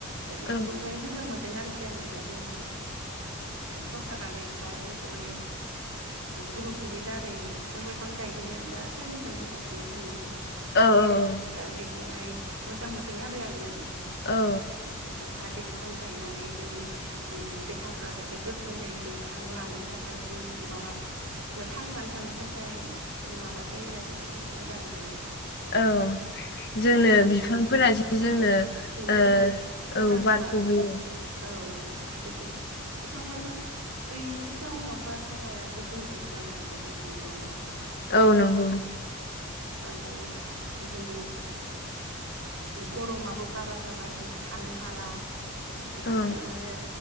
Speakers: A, on the right; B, on the left.
A: दा बेखौहाय
B: औ
A: मोजां मोजां मोनदों आरोखि आङो दा जोंनि सरखारारा द दा जोंखौहाय ग्रुपनि दारै बिफां लाइफां गायनो दा साजेसन होगासिनो दं नङा होमबा
B: औ
A: दा बेखौहाय मोजां मोनदों आरो आङो
B: औ
A: जाहाथे बिफां गायनानै जोंनि देहाफ्रा जाहाथे गोख्रों जायो जों हां लानो थाखाय जों माबा थांनानै थानो थाखाय माबा जायो आरोखि मोजां जायो
B: औ जोंनो
A: मानो
B: बिफांफोरासो जोंनो
A: बहुद
B: औ
A: गोनांथार
B: बारखौ होयो
A: औ जाहाथे जों बिफां लाइफां गैयिनि जाउनाव बारहावाया गुबुंले जानो हमगासिनो दं नङा होमबा
B: औ नंगौ
A: ओमफ्राय ओ जों गरमाबो बारा जाबाय जों थानो हाला आरो
B: औ